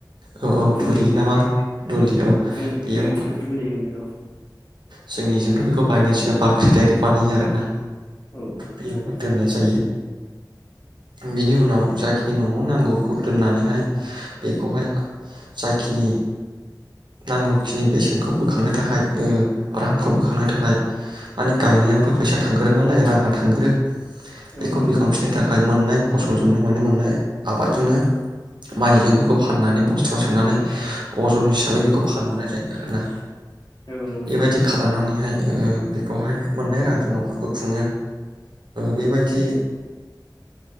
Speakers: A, on the right (about 75°); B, on the left (about 70°).
A: औ औ
B: दुलि
A: दुरि
B: होनो
A: ना मा होन दुलि औ
B: जोंनि
A: बेयाव
B: जोंनिथिंथ' <unintelligible>
A: जोंनिजोंथ' बेखौ बायनाय जाया बाख्रि डाइरेक्ट बानायो आरोना
B: औ
A: बेयावहाय दोननाय जायो बिनि उनाव जाखिनि न'आव नांगौखौ दोननानैहाय बेखौहाय जाखिनि नांगौखिनि बेसेनखौ बोखांनो थाखाय रांखौ बोखांनो थाखाय माने गायनायावथ' फैसा थांग्रो नालाय राङा थांग्रो बेखौ
B: औ नंगौ
A: बिखावफिननो
B: नोंथां
A: थाखाय मोननाय फनो म मोननाय आबनो माइ बेखौ फाननानै ब खाथियाव सोनानै अजन हिसाबै बेखौ फानहरनाय जायो आरो ना
B: औ नंगौ
A: बेबायदि
B: नोंथां
A: खालामनानैहाय बेखौहाय मोननाय रांजों न'खरखौ खुङो बेबायदि